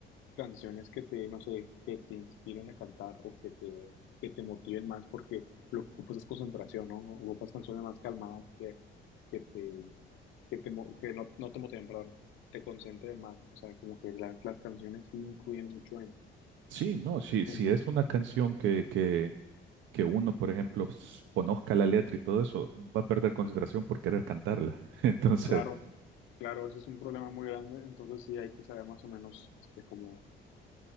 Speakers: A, on the left; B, on the right.
A: canciones que te, no sé, que te inspiren a cantar o que te, que te motiven más, porque lo que ocupas es concentración, ¿no? Ocupas canciones más calmadas que, que te, que te, mo- que no, no te motiven, perdón, te concentren más. O sea, como que las, las canciones sí influyen mucho en,
B: Sí, no, sí, si
A: en
B: es una canción que, que, que uno, por ejemplo, s- conozca la letra y todo eso, va a perder concentración por querer cantarla. <laughs> Entonces,
A: Claro, claro, ese es un problema muy grande, entonces sí hay que saber más o menos este, cómo,